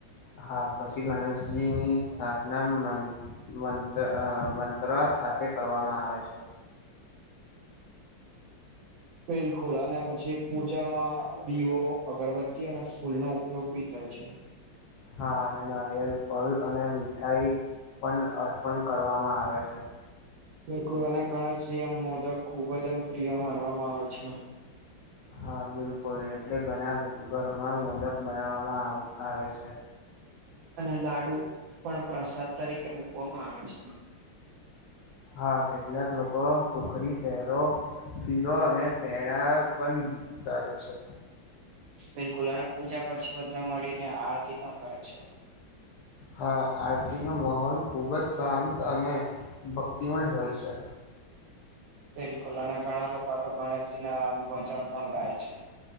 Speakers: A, on the left; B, on the right.
A: હા પછી ગણેશજી ની સ્થાપના મન મન મંત્ર સાથે કરવામાં આવે છે.
B: બિલકુલ અને પછી પૂજામાં દીવો અગરબત્તી અને ફૂલનો ઉપયોગ બી થાય છે
A: હા અને નારિયેલ, ફળ અને મીઠાઈ પણ અર્પણ કરવામાં આવે છે.
B: બિલકુલ આના કારણે જે આમ મોદક ખુબ જ આમ પ્રિય માનવામાં આવે છે.
A: હા બિલકુલ એટલે ઘણા ઘરમાં મોદક બનાવવામાં આવે આવેે છે
B: અને લાડુ પણ પ્રસાદ તરીકે મકવામાં આવે છે.
A: હા કેટલાક લોકો સુખડી સેહરો શીરો અને પેડા પણ ધરે છે.
B: બિલકુલ અને પૂજા પછી બધા મળીને આરતી પણ કરે છે.
A: હા આરતી નો માહોલ ખૂબ જ શાંત અને ભક્તિમય હોય છે.
B: બિલકુલ અને ઘણા લોકો આ તો ગણેશજી ના ભજન પણ ગાય છે.